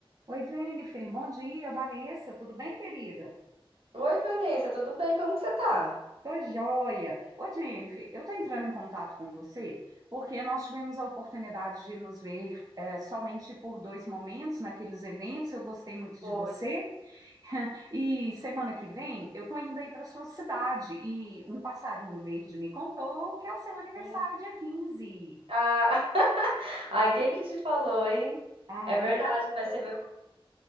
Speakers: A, on the right; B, on the right.
A: Oi, Jennifer. Bom dia, Vanessa. Tudo bem, querida?
B: Oi, Vanessa, tudo bem? Como que você tá?
A: Tô joia. Oi, Jennifer. Eu tô entrando em contato com você porque nós tivemos a oportunidade de nos ver eh, somente por dois momentos naqueles eventos. Eu gostei muito
B: Foi.
A: de você. E semana que vem eu tô indo aí para sua cidade e um passarinho verde me contou que é o seu aniversário
B: Hum.
A: dia 15.
B: Ah, <laughs> ai, quem que te falou, hein?
A: Ah,
B: É verdade,
A: ué,
B: vai ser meu...